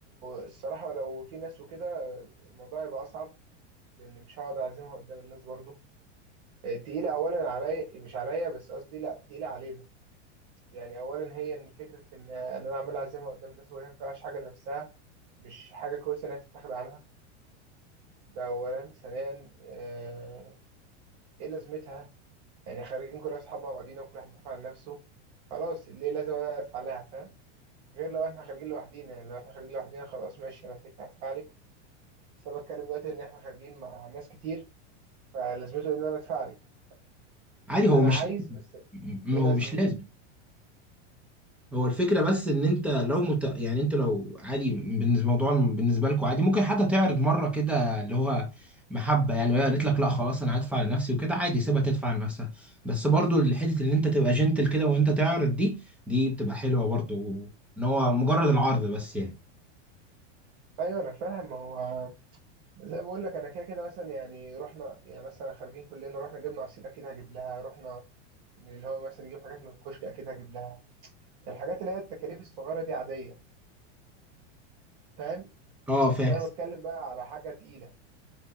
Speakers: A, on the right (about 45°); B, in the centre.
A: الصراحه لو في ناس وكده الموضوع هيبقى اصعب لان مش هقعد اعزمها قدام الناس برضو آه، تقيله اولا عليا مش عليا بس قصدي لا تقيله علينا يعني اولا هي ان فكره ان ان انا عمال اعزمها قدام الناس وهي ما بتعملش حاجه لنفسها مش حاجه كويسه انها تتاخد عنها ده أولا ثانيا آه، إيه لازمتها يعني خارجين كل أصحاب مع بعضينا وكل واحد دافع عن نفسه خلاص ليه لازم أنا أدفع لها فاهم غير لو إحنا خارجين لوحدينا يعني لو إحنا خارجين لوحدينا خلاص ماشي أنا كده كده هدفع لك بس أنا بتكلم دلوقتي إن إحنا خارجين مع ناس كتير فلازمته إن أنا أدفع لك
B: عادي هو
A: أنا
B: مش
A: عايز بس
B: م-
A: إيه
B: هو
A: لازمته
B: مش لازم هو الفكرة بس ان انت لو مت... يعني انت لو عادي بالنسبة الموضوع بالنسبة لكم عادي ممكن حتى تعرض مرة كده اللي هو محبة يعني لو هي قالت لك لا خلاص انا هدفع لنفسي وكده عادي سيبها تدفع لنفسها بس برضو الحتة اللي انت تبقى جنتل كده وانت تعرض دي دي بتبقى حلوة برضو ان هو مجرد العرض بس يعني
A: أيوه أنا فاهم هو زي ما بقول لك أنا كده كده مثلا يعني رحنا يعني مثلا خارجين كلنا رحنا جبنا عصير أكيد هجيب لها رحنا اللي هو مثلا نجيب حاجات من الكشك أكيد هجيب لها الحاجات اللي هي التكاليف الصغيرة دي عادية فاهم
B: اه
A: بس
B: فاهم
A: أنا بتكلم بقى على حاجة تقيلة